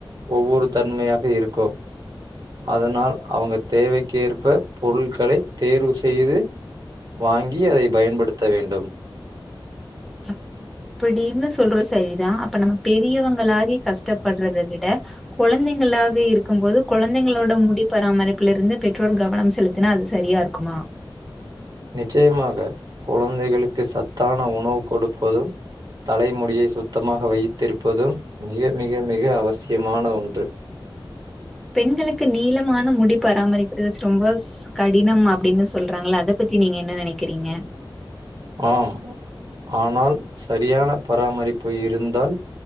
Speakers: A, on the right; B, in the centre.
A: ஒவ்வொரு தன்மையாக இருக்கும் அதனால் அவங்க தேவைக்கேற்ப பொருள்களை தேர்வு செய்து வாங்கி அதை பயன்படுத்த வேண்டும்
B: அப் படினு சொல்றோ சரி தா அப்ப நம்ம பெரியவங்களாகி கஷ்டப்படறத விட கொழந்தைங்களாக இருக்கும் போது கொழந்தைங்களோட முடி பராமரிப்புலருந்து பெற்றோர் கவனம் செலுத்தினா அது சரியா இருக்குமா
A: நிச்சயமாக கொழந்தைகளுக் கு சத்தான உணவு கொடுப்பதும் தலைமுடியை சுத்தமாக வைத்திருப்பதும் மிக மிக மிக அவசியமான ஒன்று
B: பெண்களுக்கு நீளமான முடி பராமரிக்கிறது ரொம்ப கடினம் அப்படின்னு சொல்றாங்கள அதை பத்தி நீங்க என்ன நினைக்கிறீங்க
A: ஆம் ஆனால் சரியான பராமரிப்பு இருந்தால்